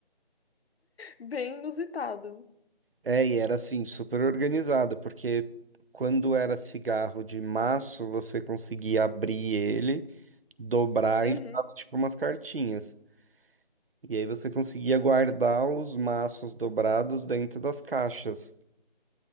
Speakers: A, on the left; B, on the right.
A: Bem inusitado.
B: É, e era assim, super organizado, porque quando era cigarro de maço, você conseguia abrir ele, dobrar
A: Uhum,
B: e ficava tipo umas cartinhas. E aí você conseguia guardar os maços dobrados dentro das caixas.